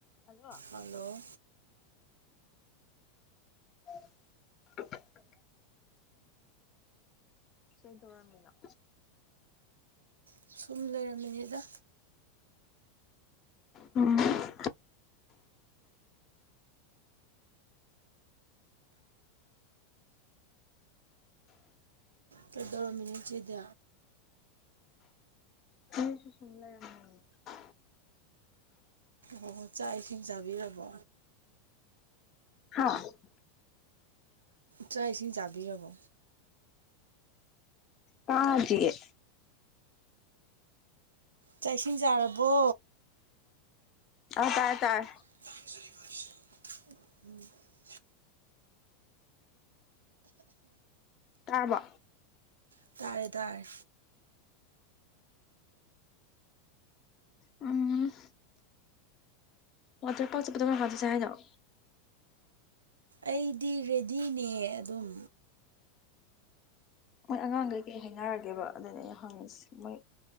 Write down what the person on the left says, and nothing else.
ꯍꯜꯂꯣ
<unintelligible> ꯀꯩꯗꯧꯔꯝꯃꯤꯅꯣ
ꯎꯝ
<unintelligible>
<unintelligible>
ꯇꯥꯗꯤꯌꯦ
ꯑ ꯇꯥꯏ ꯇꯥꯏ
ꯇꯥꯔꯕꯣ
ꯎꯝ ꯋꯥꯇꯔ ꯄꯥꯛ ꯆꯠꯄꯗꯣ ꯀꯔꯝ ꯀꯥꯟꯗ ꯆꯠꯁꯦ ꯍꯥꯏꯅꯣ
ꯃꯣꯏ ꯑꯉꯥꯡꯈꯩꯀꯩ ꯍꯥꯏꯅꯔꯒꯦꯕ ꯑꯗꯨꯅ ꯑꯩ ꯍꯪꯉꯁꯤ ꯃꯣꯏ